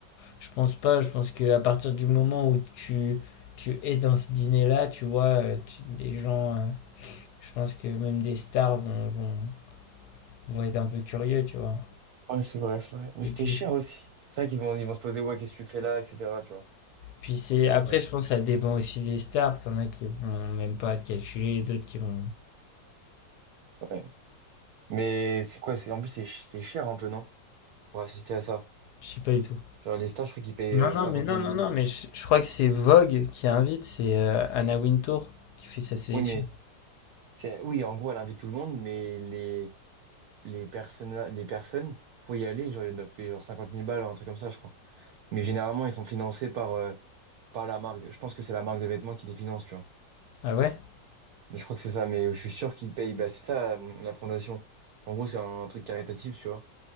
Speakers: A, on the left; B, on the right.
A: Je pense pas, je pense qu'à partir du moment où tu, tu es dans ce dîner-là, tu vois, euh, tu- les gens, euh, je pense que même des stars vont, vont, vont être un peu curieux, tu vois.
B: Ouais, c'est vrai, c'est vrai. Mais
A: Et
B: c'était
A: puis,
B: cher aussi. C'est vrai qu'ils vont, ils vont se poser, ouais, qu'est-ce que tu fais là, etc., tu vois?
A: puis c'est,
B: Et après,
A: après, je pense que ça dépend aussi des stars. T'en as qui vont même pas te calculer, d'autres qui vont,
B: ouais. Mais c'est quoi? C'est, en plus, c'est ch- c'est cher un peu, non? Pour assister à ça.
A: je sais pas du tout.
B: Genre, les stars je crois qu'ils payent
A: Non,
B: euh,
A: non,
B: 50
A: mais non,
B: 000.
A: non, non, mais je, je crois que c'est Vogue qui invite, c'est euh, Anna Wintour qui fait sa sélection.
B: Oui, mais c'est, oui, en gros, elle invite tout le monde, mais les, les personnes, les personnes, pour y aller, genre, ils doivent payer genre 50 000 balles, un truc comme ça, je crois. Mais généralement, ils sont financés par, euh, par la marque. Je pense que c'est la marque de vêtements qui les finance, tu vois.
A: Ah ouais?
B: Mais Je crois que c'est ça, mais je suis sûr qu'ils payent. Bah, c'est ça, euh, la fondation. En gros, c'est un truc caritatif, tu vois.